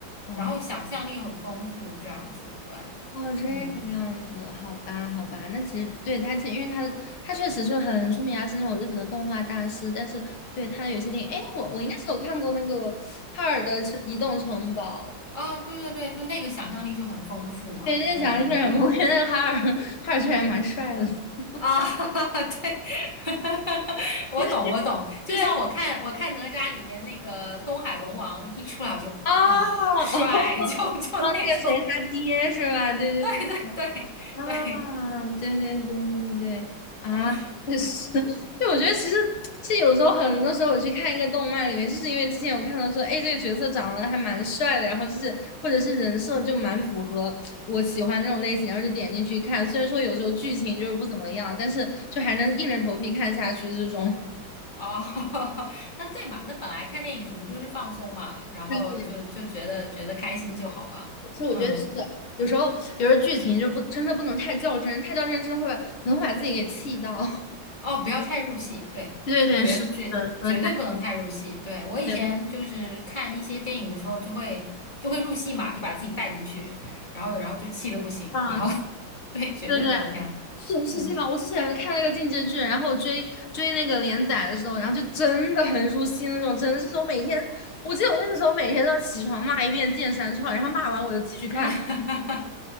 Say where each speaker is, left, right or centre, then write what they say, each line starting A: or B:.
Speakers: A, on the left; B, on the left.
A: 哦，
B: 然后想象力又很丰富，这样子，对，
A: 哦，这个样子，
B: 嗯，
A: 好吧，好吧，那其实对他，其实因为他他确实就很出名啊，是那种日本的动画大师。但是对他有些电影，哎，我我应该是有看过那个《哈尔的城移动城堡》，
B: 啊，对对对，就那个想象力就很丰富嘛，
A: 对，那个长得确实很不错，
B: 对，那个电影。
A: 那个哈尔 <laughs> 哈尔确实还蛮帅的，<laughs> 就
B: 啊，<laughs> 对，<laughs> 我懂，
A: 是
B: 我懂。就像我看我看哪吒里面那个东海龙王一出来，
A: 对
B: 我就啊、
A: 啊，
B: 帅，
A: 哦，哦，
B: <laughs> 就就那种，
A: 那个谁他爹是吧？对对
B: 对对对对，
A: 啊，对对对对对，啊，
B: 嗯，
A: 就是，<laughs> 就我觉得其实其实有时候很多时候我去看一个动漫里面，就是因为之前有看到说，哎，这个角色长得还蛮帅的，然后就是或者是人设就蛮符合我喜欢那种类型，然后就点进去看。虽然说有时候剧情就是不怎么样，但是就还能硬着头皮看下去这种。<laughs>
B: 哦，<laughs> 那对嘛，那本来看电影什么就是放松嘛，然后就就觉得觉得开心就好嘛，
A: 对对，其实我觉得是的有时候有时候剧情就不真的不能太较真，
B: 嗯。
A: 太较真真的会很会把自己给气到。<laughs>
B: 哦，不要太入戏，对，
A: 对对，
B: 绝绝绝对不能太入戏。
A: 是的，说的太
B: 对，我以前就是看一些电影的时候，
A: 对
B: 就会就会入戏嘛，就把自己带进去，然后然后就气得不行，
A: 啊，
B: 然后 <laughs> 对，绝对不能那样。
A: 对对，是是这样。
B: 嗯
A: 我之前看那个《进阶剧，然后我追追那个连载的时候，然后就真的很入戏那种，真的是我每天，我记得我那个时候每天都要起床骂一遍《剑三创》，然后骂完我就继续看。
B: 啊，<laughs>